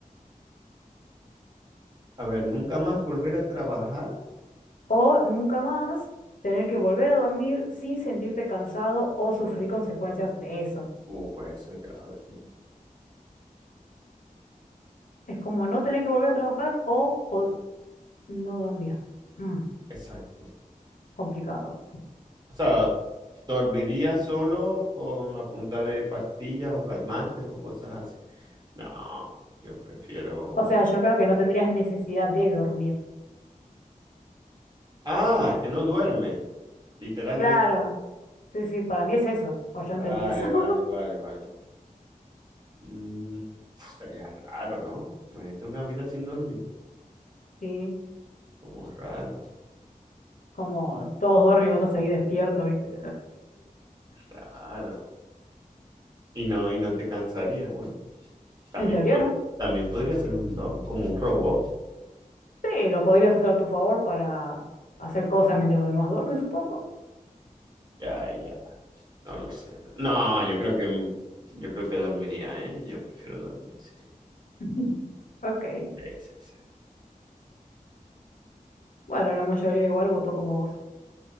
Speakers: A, on the right; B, on the left.
A: A ver, ¿nunca más volver a trabajar?
B: O nunca más tener que volver a dormir sin sentirte cansado o sufrir consecuencias de eso.
A: Uh, pues eso es grave. ¿no?
B: Es como no tener que volver a trabajar o po- no dormir. Mm,
A: Exacto.
B: complicado.
A: O sea, dormiría solo con la punta de pastillas o calmantes o cosas así. No, yo prefiero...
B: O sea, yo creo que no tendrías necesidad de dormir.
A: Ah, que no duerme. literalmente.
B: Claro. Sí, sí, para mí es eso. O yo entendí
A: Vale,
B: eso. <laughs>
A: vale, vale, vale. Mm, sería raro, ¿no? Imagínate una vida sin dormir.
B: Sí,
A: Como raro,
B: como todos duermen y vos estás ahí despierto, ¿viste?
A: raro. Y no, y no te cansarías. Bueno,
B: <laughs>
A: también,
B: En teoría,
A: po-
B: ¿no?
A: también podría ser un don, como un robot.
B: Sí, lo podrías usar a tu favor para hacer cosas mientras los demás duermen, supongo.
A: Ya, ya, no lo sé. No, yo creo que, yo creo que dormiría, ¿eh? Yo prefiero dormir, sí.
B: <laughs> Ok.
A: Sí, sí, sí.
B: Bueno, la mayoría igual votó como vos.